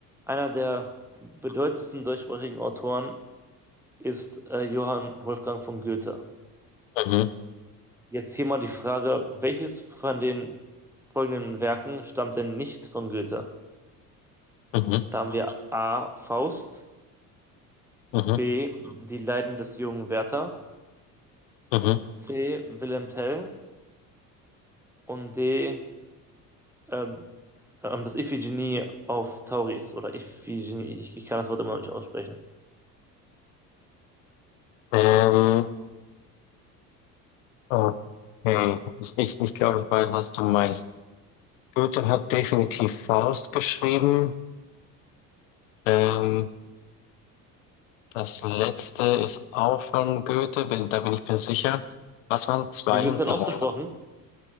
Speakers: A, in the centre; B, on the left.
A: Einer der bedeutendsten deutschsprachigen Autoren ist äh, Johann Wolfgang von Goethe.
B: mhm,
A: Jetzt hier mal die Frage, welches von den folgenden Werken stammt denn nicht von Goethe?
B: mhm, mhm,
A: Da haben wir A. Faust,
B: mhm.
A: B. Die Leiden des jungen Werther,
B: mhm.
A: C. Wilhelm Tell und D. ähm, ähm, das Iphigenie auf Tauris oder Iphigenie, ich, ich kann das Wort immer noch nicht aussprechen.
B: Ähm, okay. Ich, ich, ich glaube, ich weiß, was du meinst. Goethe hat definitiv Faust geschrieben. Ähm, das letzte ist auch von Goethe, bin, da bin ich mir sicher. Was waren zwei
A: Wie wird
B: und
A: es denn
B: drei?
A: ausgesprochen?